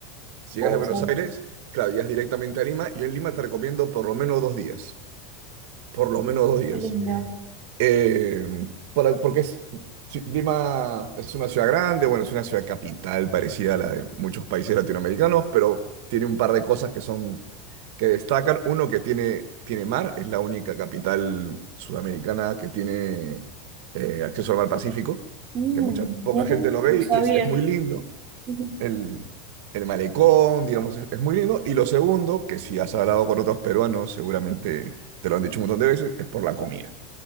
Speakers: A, on the right; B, on the right.
A: Si
B: puede
A: llegas de Buenos
B: ser.
A: Aires, claro, llegas directamente a Lima. Yo en Lima te recomiendo por lo menos dos días, por lo menos dos días.
B: Qué linda.
A: Eh, para- porque es, sí, Lima es una ciudad grande, bueno, es una ciudad capital parecida a la de muchos países latinoamericanos, pero tiene un par de cosas que son, que destacan. Uno que tiene, tiene mar, es la única capital sudamericana que tiene eh, acceso al mar Pacífico,
B: Mm,
A: que mucha, poca
B: mira,
A: gente lo ve
B: no sabía.
A: y es, es muy lindo.
B: <laughs> Ujú.
A: El, el malecón, digamos, es, es muy lindo. Y lo segundo, que si has hablado con otros peruanos, seguramente te lo han dicho un montón de veces, es por la comida,